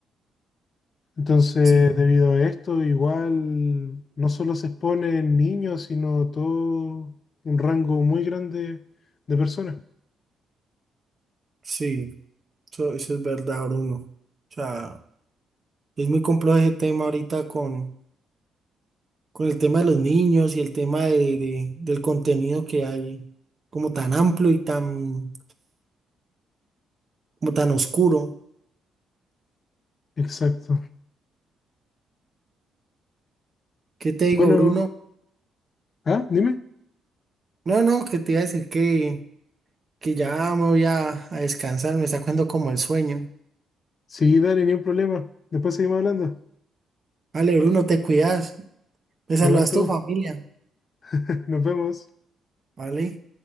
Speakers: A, on the left; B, on the right.
A: Entonces,
B: Sí,
A: debido a esto, igual no solo se exponen niños, sino todo un rango muy grande de personas.
B: sí, eso, eso es verdad, Bruno. O sea, es muy complejo ese tema ahorita con con el tema de los niños y el tema de, de- del contenido que hay, como tan amplio y tan, como tan oscuro.
A: Exacto.
B: ¿Qué te digo,
A: Bueno,
B: Bruno?
A: ah, dime.
B: No, no, que te iba a decir que, que ya me voy a, a descansar, me está cogiendo como el sueño.
A: Sí, dale, ni un problema. Después seguimos hablando.
B: Vale, Bruno, te cuidas, me saludas
A: Igual tú,
B: a tu familia,
A: <laughs> nos vemos.
B: ¿vale?